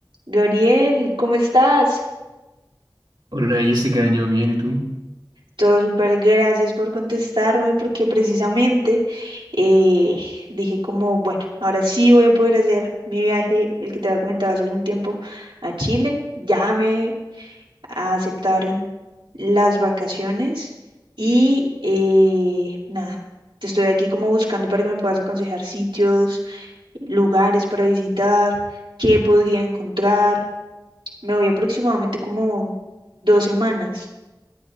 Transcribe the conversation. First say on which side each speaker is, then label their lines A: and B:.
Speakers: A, on the right; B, on the right.
A: Gabriel, ¿cómo estás?
B: Hola Jessica, yo bien, ¿y tú?
A: Todo súper, gracias por contestarme porque precisamente eh, dije como, bueno, ahora sí voy a poder hacer mi viaje, el que te había comentado hace algún tiempo, a Chile. Ya me aceptaron las vacaciones y eh, nada, te estoy aquí como buscando para que me puedas aconsejar sitios, lugares para visitar, qué podría encontrar. Me voy aproximadamente como dos semanas.